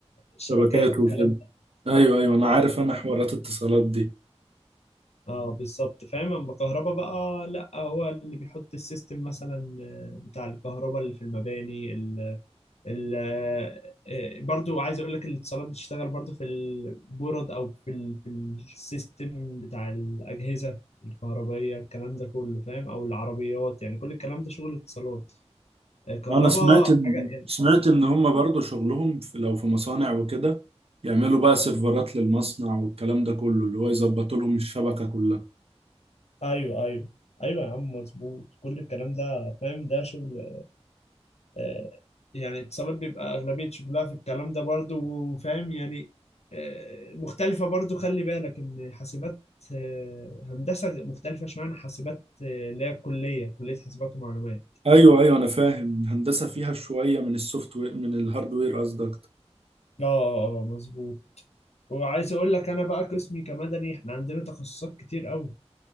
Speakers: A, on the left; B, on the right.
A: الشبكات
B: شبكات
A: والكلام
B: وكده
A: ده
B: ايوه ايوه انا
A: اه
B: عارف انا حوارات اتصالات دي
A: اه بالظبط فاهم اما كهرباء بقى لا هو اللي بيحط السيستم مثلا آه، بتاع الكهرباء اللي في المباني ال- آه، برضو عايز اقول لك الاتصالات بتشتغل برضو في البورد او في ال في السيستم بتاع الاجهزه الكهربائيه الكلام ده كله فاهم او العربيات يعني كل الكلام ده شغل اتصالات الكهرباء
B: انا سمعت ان
A: حاجه يعني
B: سمعت ان هم برضو شغلهم في لو في مصانع وكده يعملوا بقى سيرفرات للمصنع والكلام ده كله اللي هو يظبط لهم الشبكة كلها
A: ايوه ايوه ايوه يا عم مظبوط كل الكلام ده فاهم ده شغل آه، يعني اتصالات بيبقى أغلبية شغلها في الكلام ده برضو وفاهم يعني آه، مختلفة برضو خلي بالك إن حاسبات آه، هندسة مختلفة شوية عن حاسبات آه، اللي هي الكلية كلية حاسبات ومعلومات
B: ايوه ايوه انا فاهم الهندسة فيها شوية من السوفت وير من الهاردوير قصدك
A: اه آه، آه، مظبوط وعايز اقول لك انا بقى قسمي كمدني احنا عندنا تخصصات كتير قوي